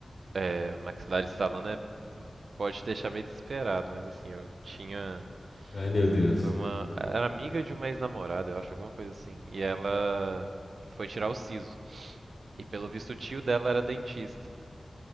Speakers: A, on the right; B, on the left.
A: é, maxilar estalando é, pode te deixar meio desesperado, mas assim, eu tinha.
B: Ai, meu Deus.
A: Foi uma. Era amiga de uma ex-namorada, eu acho, alguma coisa assim. E ela foi tirar o siso. E pelo visto o tio dela era dentista.